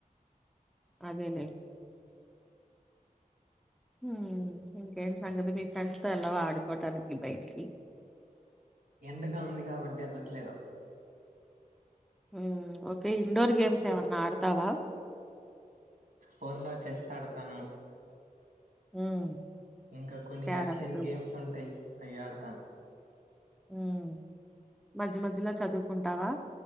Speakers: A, in the centre; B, on the right (about 70°).
A: అదేలే ఉమ్ ఇంకేంటి సంగతిలు మీ ఫ్రెండ్స్ తో వెళ్ళావా ఆడుకోటానికి బయటికి
B: ఎండగా ఉంది కాబట్టి అని ఎల్లట్లలేదు
A: ఉమ్ ఓకే ఇండోర్ గేమ్స్ ఏమన్నా ఆడుతావా
B: ఫోన్ లో చెస్ ఆడుతాను
A: ఉమ్
B: ఇంకా కొన్ని
A: క్యారమ్స్
B: యాక్షన్ గేమ్స్ ఉంటాయి అయ్యి ఆడు తాను
A: ఉమ్ మజ్య మజ్యలో చదువుకుంటావా